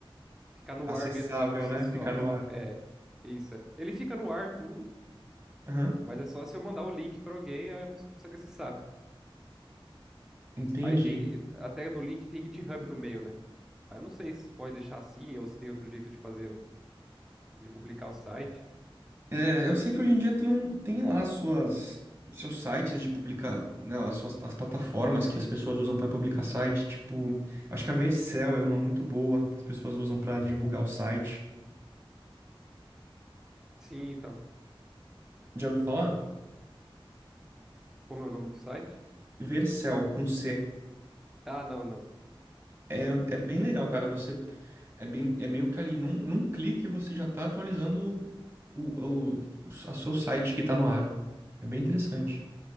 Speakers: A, in the centre; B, on the right (about 25°).
A: Ficar no
B: Acessável,
A: ar mesmo por si
B: né?
A: só.
B: Ficar no ar.
A: É, isso. é. Ele fica no ar tudo,
B: Aham,
A: mas é só se eu mandar o link pra alguém, aí a pessoa consegue acessar.
B: Entendi.
A: Aí tem, até no link tem GitHub no meio, né? Aí eu não sei se pode deixar assim ou se tem outro jeito de fazer, de publicar o site.
B: É, eu sei que hoje em dia tem um, tem lá suas seus sites de publicar, né, as suas as plataformas que as pessoas usam para publicar site, tipo, acho que a Vercel é uma muito boa que as pessoas usam para divulgar o site.
A: Sim, então.
B: Já ouviu falar?
A: Como é o nome do site?
B: Vercel com C.
A: Ah, não, não.
B: É,
A: Nunca.
B: é bem legal, cara. Você é bem, é meio que ali num, num clique você já tá atualizando o, o, o, a seu site que tá no ar. É bem interessante.